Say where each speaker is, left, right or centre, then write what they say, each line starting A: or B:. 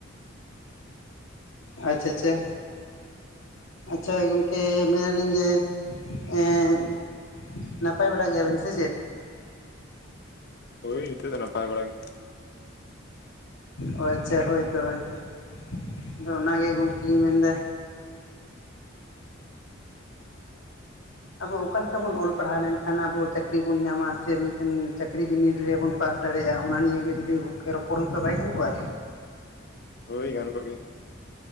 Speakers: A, on the left; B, on the left.
A: ᱾
B: ᱟᱪᱷᱟ ᱟᱪᱷᱟ᱾ ᱟᱪᱷᱟ, ᱜᱚᱢᱠᱮ ᱢᱮᱱ ᱟᱹᱞᱤᱧ ᱡᱮ? ᱮᱸᱫ ᱱᱟᱯᱟᱭ ᱵᱟᱲᱟ ᱜᱮᱭᱟ ᱵᱮᱱ ᱥᱮ ᱪᱮᱫ?
A: ᱦᱳᱭ ᱱᱤᱸᱛᱳᱜ ᱫᱚ ᱱᱟᱯᱟᱭ ᱵᱟᱲᱟ ᱜᱮ ᱾
B: ᱚ ᱟᱪᱷᱟ ᱦᱳᱭ ᱛᱚ ᱦᱳᱭ ᱛᱚ᱾ ᱟᱫᱚ ᱚᱱᱟ ᱜᱮ ᱜᱚᱢᱠᱮ ᱞᱤᱧ ᱢᱮᱱᱫᱟ᱾ ᱟᱵᱚ ᱚᱠᱟ ᱞᱮᱠᱟ ᱵᱚᱱ ᱚᱞ ᱯᱟᱲᱦᱟᱣ ᱞᱮᱱ ᱠᱷᱟᱱ ᱟᱵᱚ ᱪᱟᱹᱠᱨᱤ ᱵᱚᱱ ᱧᱟᱢᱟ? ᱥᱮ ᱢᱤᱫᱴᱮᱱ ᱪᱟᱹᱠᱨᱤ ᱵᱤᱱᱤᱰ ᱨᱮ ᱵᱚᱱ ᱯᱟᱥ ᱾ ᱫᱟᱲᱮ ᱭᱟᱜᱼᱟ, ᱚᱱᱟ ᱱᱤᱭᱮ ᱡᱩᱫᱤ ᱜᱚᱢᱠᱮ ᱨᱚᱯᱚᱲ ᱦᱩᱭ ᱠᱚᱜᱼᱟ ᱵᱟᱭ ᱜᱟᱱ ᱠᱚᱜᱼᱟ?
A: ᱦᱳᱭ ᱜᱟᱱ ᱠᱚᱜ ᱜᱮᱭᱟ ᱾